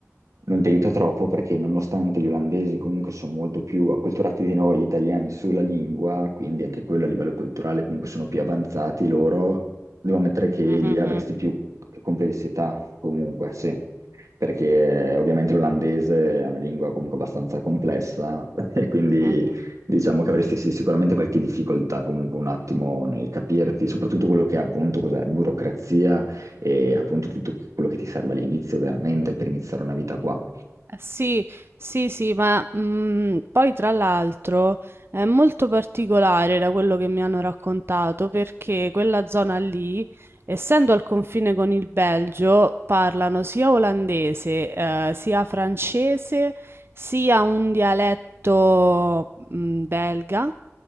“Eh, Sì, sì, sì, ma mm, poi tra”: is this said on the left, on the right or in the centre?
Right